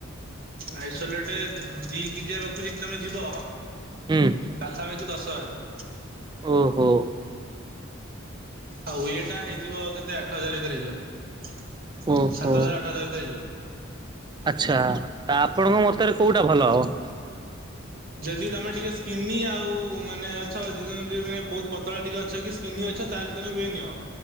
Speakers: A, on the right; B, on the right.
A: ଆଇସୋଲେଟ୍ ଦିଇ କିଜିଆ ରଖୁକି ତମେ ଯିବ।
B: ହୁଁ
A: ପାଖାପାଖି ଦଶହାରେ।
B: ଓହୋ।
A: ଆଉ ୱେଟା ହେଇଯିବ କେତେ ଆଠ ହଜାର ଭିତରେ ହେଇଯିବ
B: ଓହୋ
A: ସାତ ହଜାରେ ଆଠ ଆଠ ହଜାରେ ଭିତରେ ହେଇଯିବ।
B: ଆଚ୍ଛା ଆ ଆପଣଙ୍କ ମତରେ କୋଉଟା ଭଲ ହବ?
A: ଯଦି ତମେ ଟିକେ ସ୍କିନି ଆଉ ମାନେ ଅଛି ମାନେ ବହୁତ୍ ପତଳା ଟିକେ ଅଛ କି ସ୍କିନି ଅଛ ତାହେଲେ ତମେ ହ୍ୱେ ନିଅ